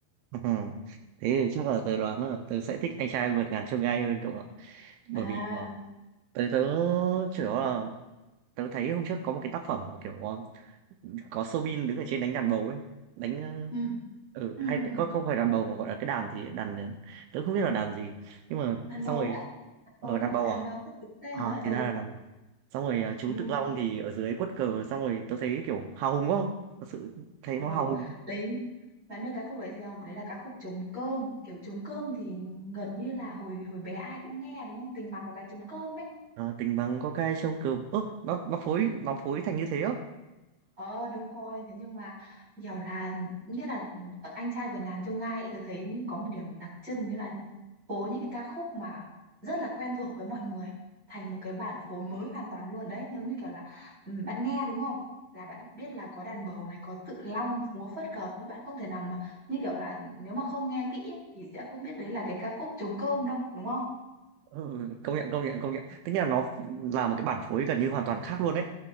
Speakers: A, on the right; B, on the right.
A: Ừ. Thế thì chắc là tớ đoán là tớ sẽ thích anh trai vượt ngàn chông gai hơn cậu ạ. Bởi
B: À,
A: vì uh, tớ tớ chủ yếu là tớ thấy hôm trước có một cái tác phẩm mà kiểu có, có Soobin đứng ở trên đánh đàn bầu ấy, đánh
B: ừ
A: ờ, ừ,
B: ừ
A: hay
B: ừ ừ.
A: có không phải đàn bầu mà gọi là cái đàn thì đàn tớ không biết là đàn gì. Nhưng mà
B: đàn
A: xong
B: bầu
A: rồi
B: đấy đàn
A: ở
B: bầu
A: đàn
B: đấy
A: bầu
B: đàn
A: à?
B: bầu đấy đúng tên
A: À
B: rồi đấy
A: thì
B: ừ
A: ra là đàn bầu. Xong rồi ờ, chú
B: ừ.
A: Tự Long thì ở dưới quất cờ xong rồi tớ thấy kiểu hào hùng quá. Thật sự thấy
B: ồ
A: nó hào hùng.
B: đấy bạn biết cái khúc đấy gì không đấy là ca khúc trống cơm kiểu trống cơm thì gần như là hồi hồi bé ai cũng nghe đúng không tình bằng có cái trống cơm ấy
A: Ờ, tình bằng có cái trông cơm ớ nó nó phối nó phối thành như thế á
B: Ờ đúng rồi, thế nhưng mà kiểu là nghĩa là ở anh trai vượt ngàn chông gai ấy, tôi thấy có một điểm đặc trưng nghĩa là phối những cái ca khúc mà rất là quen thuộc với mọi người thành một cái bản phối mới hoàn toàn luôn đấy giống như kiểu là ừm, bạn nghe đúng không là bạn biết là có đàn bầu này có tự long múa phất cờ nhưng bạn không thể nào mà như kiểu là nếu mà không nghe kỹ ấy, thì sẽ không biết đấy là cái ca khúc trống cơm đâu đúng không?
A: Ừ, công nhận công nhận công nhận tức là nó là một cái bản phối gần như hoàn toàn khác luôn đấy